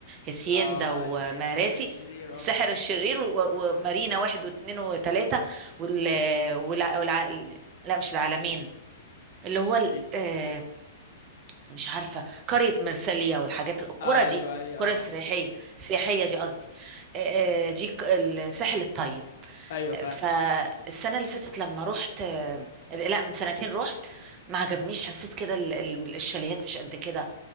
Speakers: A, on the right (about 30°); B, on the left (about 55°).
A: وهسيندا
B: اه
A: ومراسي
B: الحاجات دي الساحل الشرير
A: السحر
B: اه
A: الشرير و- ومارينا واحد واثنين وثلاثة وال والع... والع... لا مش العالمين اللي هو ال...
B: ايه
A: آه، مش عارفة قرية مرسالية والحاجات القرى
B: ايوه
A: دي
B: ايوه
A: القرى
B: اه
A: السياحية السياحية دي قصدي آه، آه، دي ك- الساحل الطيب
B: ايوه فعلا
A: فالسنة اللي فاتت لما رحت لا من سنتين رحت ما عجبنيش حسيت كده ال- ال- الشاليهات مش قد كده